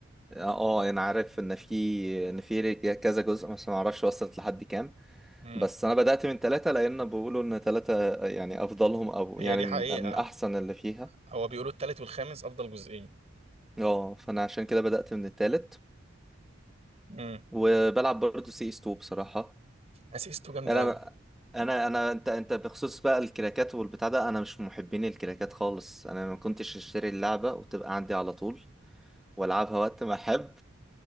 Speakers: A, in the centre; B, on the right.
A: اه آه، انا عارف ان في ان في رج- كذا جزء بس ما اعرفش وصلت لحد كام
B: امم
A: بس انا بدأت من ثلاثة لان بيقولوا ان ثلاثة يعني افضلهم او
B: هي
A: يعني
B: دي
A: من
B: حقيقه
A: من احسن اللي فيها
B: هو بيقولوا التالت والخامس افضل جزئين
A: اه فانا عشان كده بدأت من الثالث
B: امم
A: وبلعب برضه سي اس 2 بصراحة
B: اسيس 2 جامده
A: انا
B: قوي
A: انا انا انت انت بخصوص بقى الكراكات والبتاع ده انا مش من محبين الكراكات خالص انا ما كنتش اشتري اللعبة وتبقى عندي على طول والعبها وقت ما احب